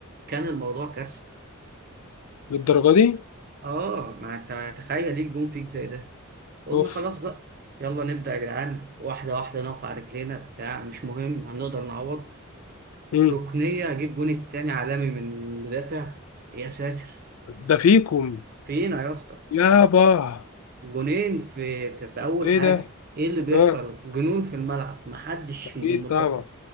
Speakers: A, on the right; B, on the left.
A: كان الموضوع كارثة
B: للدرجه دي
A: اه ما انت تخيل ليك جون فيك زي ده قلنا
B: اوف
A: خلاص بقى يلا نبدأ يا جدعان واحدة واحدة نقف على رجلينا بتاع مش مهم هنقدر نعوض
B: امم
A: ركنية اجيب جون التاني عالمي من مدافع يا ساتر
B: ده فيكم
A: فينا يا اسطى
B: يابا
A: جونين في في, في اول
B: ايه
A: حاجه
B: ده
A: ايه اللي بيحصل
B: اه
A: جنون في الملعب محدش
B: اكيد
A: مط...
B: طبعا